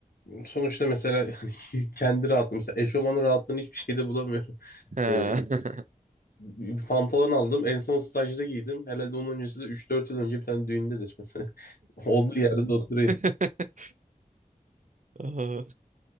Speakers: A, on the left (about 90°); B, on the right (about 55°).
A: sonuçta mesela yani <laughs> kendi rahatlığım mesela eşofmanın rahatlığını hiçbir şeyde bulamıyorum. <laughs>
B: He.
A: Ee, bir pantolon aldım en son stajda giydim. Herhalde onun öncesi de 3-4 yıl önce bir tane düğündedir mesela. <laughs> Olduğu yerde de oturuyor.
B: <laughs> Aa.